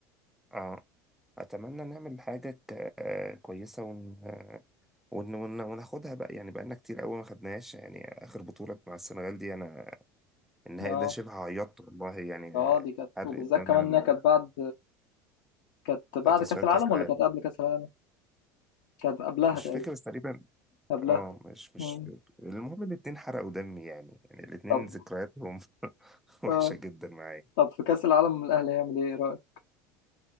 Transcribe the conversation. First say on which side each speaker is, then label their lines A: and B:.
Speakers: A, in the centre; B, on the left.
A: اه اتمنى نعمل حاجه ك... آه، كويسه ون... آه، ون... ون... وناخدها بقى يعني بقالنا كتير قوي ما خدناهاش يعني اخر بطوله مع السنغال دي انا النهائي
B: اه
A: ده شبه عيطت والله يعني
B: اه دي كانت
A: حرق
B: وبالذات
A: الدم
B: كمان
A: من
B: انها كانت بعد كانت بعد
A: تصفيات
B: كأس العالم
A: كاس
B: ولا
A: العالم
B: كانت قبل كأس العالم؟ كانت قبلها
A: مش
B: تقريبا
A: فاكر بس تقريبا
B: قبلها
A: اه مش مش
B: مم.
A: فاكر. المهم الاتنين حرقوا دمي يعني يعني الاتنين
B: طب
A: ذكرياتهم <laughs> وحشة
B: اه
A: جدا معايا
B: طب في كأس العالم الأهلي هيعمل إيه إيه رأيك؟